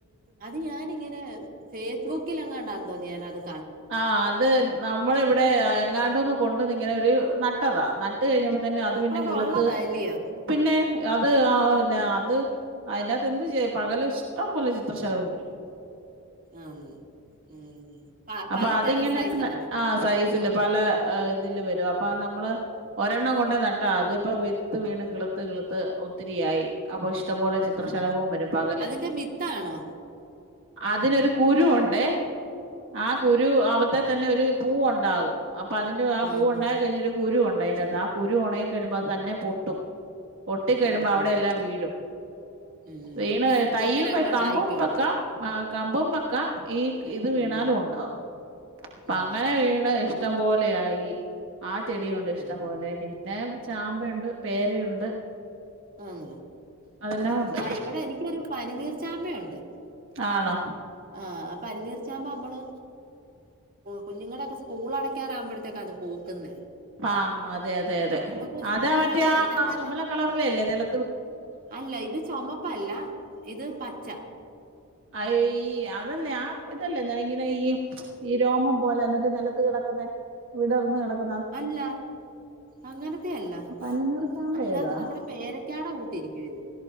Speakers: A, on the right; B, on the right.
A: അത് ഞാാനിങ്ങനെ ഫേസ്ബുക്കിൽങ്ങാണ്ടാ തോന്നി ഞാാനത്
B: ആ അത് നമ്മള ഇവിടെ എങ്ങാണ്ടന്ന് കൊണ്ടന്ന ഇങ്ങനെ ഒരു നട്ടത് ഇട്ട കഴിഞ്ഞപ്പോ തന്നെ അത്
A: അപ്പൊ
B: പിന്നെ കിളത്ത്
A: ഉള്ളതാ അല്ലയോ?
B: പിന്നെ അത് ആ
A: ആഹ്.
B: അത് അതിനകത്ത് എന്ത് ചെയ്യാൻ പകല് ഇഷ്ടം പോലെ ചിത്രശലഭം വരും
A: അന്നു ഉം പ പല
B: അപ്പൊ അതിങ്ങനെന്ന്
A: ത സൈസാന്നോ?
B: ആ സൈ സില് പല ഇതില് വരും അപ്പ നമ്മള് ഒരെണ്ണം കൊണ്ട് നട്ട അതിപ്പ വിത്ത് വീണ് കിളിത്ത് കിളിത്ത് ഒത്തിരിയായി അപ്പ ഇഷ് ടംപോലെ ചിത്രശലഭം
A: ആഹ്.
B: വരും പകല്
A: അതിന്റെ വിത്താണോ?
B: അതിനൊരു കുരു ഉണ്ട് അതെ ആഹ് കുരു അവിതേൽ തന്നെ ഒരു പൂവ് ഉണ്ടാവും അപ്പൊ അതിന്റെ ആ പൂവ്
A: ആഹാ.
B: ഉണ്ടായി കഴിഞ്ഞ് ഒരു കുരു ഉണ്ട് അതിനകത്ത് ആ കുരു ഉണങ്ങി കഴിയുമ്പോ അത് തന്നെ പൊട്ടും പൊട്ടിക്കഴിയുമ്പോ
A: ആഹ്,
B: അവിടെയെല്ലാം
A: ആഹ്.
B: വീഴും
A: ഉം.
B: വീണ് കഴിയും തയ്യും
A: അങ്ങനെ അങ്ങ് ഉണ്ടായിക്കോളും.
B: കമ്പും വെക്കാം ആഹ് കമ്പും വെക്കാം ഈ ഇത്
A: ഉം.
B: വേണ്ട എന്നാലും ഉണ്ടാവും അപ്പം
A: ഉണ്ടാവും.
B: അങ്ങനെ വീണ് ഇഷ്ടം പോലെയായി ആ ചെടിയുണ്ട് ഇഷ്ടംപോലെ
A: ഉം.
B: പിന്നെ ചാമ്പയുണ്ട് പേരയുണ്ട്
A: ആന്നാ
B: അതെല്ലാം ഉണ്ട്.
A: ആ ഇവിടെ എനിക്കൊരു പനിനീർ ചാമ്പയുണ്ട്
B: ആണോ
A: ആഹ് പനിനിർ ച ചാമ്പ നമ്മള് കുഞ്ഞുങ്ങളുടെയൊക്കെ സ്കൂൾ അടക്കാറാകുമ്പോഴത്തേക്കാ അത് പൂക്കുന്നെ
B: ആഹ് അതെ അതെ അതെ
A: പക്ഷെ
B: അതാ
A: അതെല്ലാം
B: മറ്റേ
A: നല്ലതായിട്ട്
B: ആ ചുമല കളറില അല്ലേ നില
A: അല്ല ഇത് ചുമപ്പല്ല ഇത് പച്ച
B: ആയി അതല്ലേ ആ ഇതല്ലേ ഇങ്ങനെ ഈ ഈ രോമം പോലെ എന്നിട്ട് നിലത്ത് കിടക്കുന്നെ വിടർന്ന് കിടക്കുന്നെ
A: അല്ല അങ്ങനത്തെയല്ല
B: പനിനീർ ചാമ്പ
A: അല്ലാത്ത
B: ഏതാ
A: നമ്മുടെ പേര ക്കാ ടെ കൂട്ടിരിക്കും ഇത്